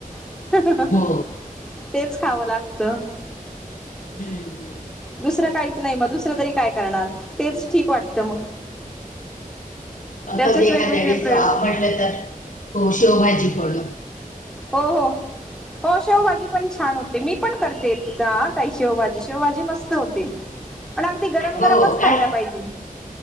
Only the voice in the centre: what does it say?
<inaudible>
तेच खावं लागतं.
दुसरं काहीच नाही मग, दुसरं तरी काय करणार, तेच ठीक वाटत मग.
त्याचेच
वेगवेगळे
प्रयोग
हो, हो. हो शेवभाजी पण छान होते, मी पण करते, त, ताई शेवभाजी शेवभाजी मस्त होते. पण अगदी गरम-गरमच
खायला
पाहिजे.